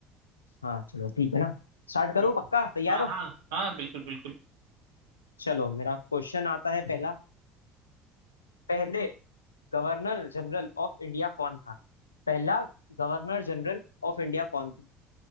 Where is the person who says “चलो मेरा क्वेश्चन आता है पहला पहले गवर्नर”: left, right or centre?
Left